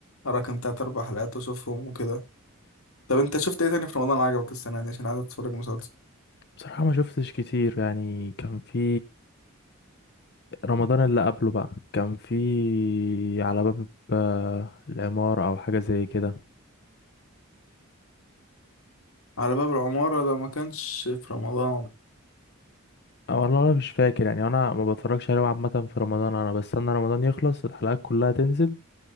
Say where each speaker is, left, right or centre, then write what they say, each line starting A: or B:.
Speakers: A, on the left (about 80°); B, on the left (about 50°).
A: أراكم تلات أربع حلقات وأشوفهم وكده طب أنت شفت إيه تاني في رمضان عجبك السنة دي عشان عايز أتفرج مسلسل
B: بصراحة ما شفتش كتير يعني كان في رمضان اللي قبله بقى كان في على باب آه، العمارة او حاجة زي كده
A: على باب العمارة ده ما كانش في رمضان
B: أو والله أنا مش فاكر يعني انا ما بتفرجش عليه عامة في رمضان انا بستنى رمضان يخلص الحلقات كلها تنزل